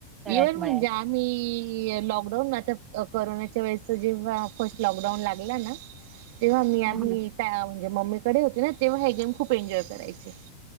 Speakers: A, on the right; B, on the right.
A: तळ्यात
B: इव्हन म्हणजे
A: मळ्यात
B: आम्ही कि लॉकडाऊन आता कररोनाच्या वेळेच जेव्हा फर्स्ट लॉकडाऊन लागला ना. तेव्हा मी
A: हा,
B: आम्ही
A: हा.
B: त्या म्हणजे मम्मीकडे होते ना <inaudible> तेव्हा हे गेम खूप एन्जॉय करायचे